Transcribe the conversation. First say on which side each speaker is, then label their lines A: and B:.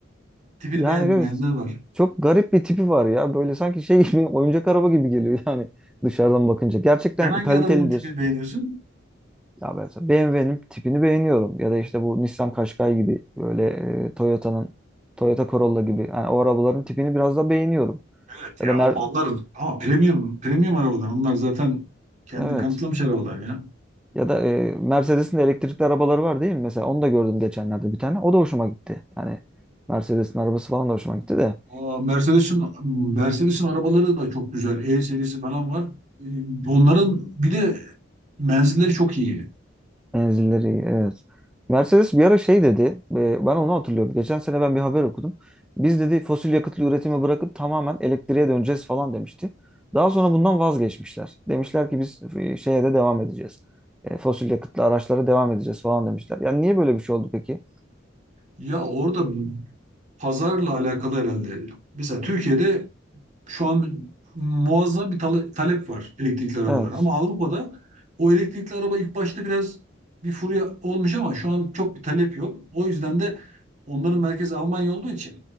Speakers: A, on the right; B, in the centre.
A: Tipini
B: Yani
A: beğenmeyenler
B: evet
A: var.
B: çok garip bir tipi var ya. Böyle sanki şey gibi <laughs> oyuncak araba gibi geliyor yani dışarıdan bakınca. Gerçekten
A: Sen hangi
B: kalitelidir.
A: arabanın tipini beğeniyorsun?
B: Ya ben mesela BMW'nin tipini beğeniyorum. Ya da işte bu Nissan Qashqai gibi böyle e, Toyota'nın Toyota Corolla gibi. Yani o arabaların tipini biraz da beğeniyorum.
A: Evet
B: Ya
A: ya
B: da Mer
A: ama onlar ama premium premium arabalar. Onlar zaten kendini
B: evet.
A: kanıtlamış arabalar ya.
B: Ya da e, Mercedes'in de elektrikli arabaları var değil mi? Mesela onu da gördüm geçenlerde bir tane. O da hoşuma gitti. Yani Mercedes'in arabası falan da hoşuma gitti de.
A: Aa, Mercedes'in Mercedes'in arabaları da çok güzel. E serisi falan var. Ee, Onların bir de menzilleri çok iyi.
B: Menzilleri evet. Mercedes bir ara şey dedi. e, Ben onu hatırlıyorum. Geçen sene ben bir haber okudum. Biz dedi fosil yakıtlı üretimi bırakıp tamamen elektriğe döneceğiz falan demişti. Daha sonra bundan vazgeçmişler. Demişler ki biz e, şeye de devam edeceğiz. E, Fosil yakıtlı araçlara devam edeceğiz falan demişler. Yani niye böyle bir şey oldu peki?
A: Ya orada pazarla alakalı herhalde. Mesela Türkiye'de şu an muazzam bir tale- talep var elektrikli arabalara.
B: Evet.
A: Ama Avrupa'da o elektrikli araba ilk başta biraz bir furya olmuş ama şu an çok bir talep yok. O yüzden de onların merkezi Almanya olduğu için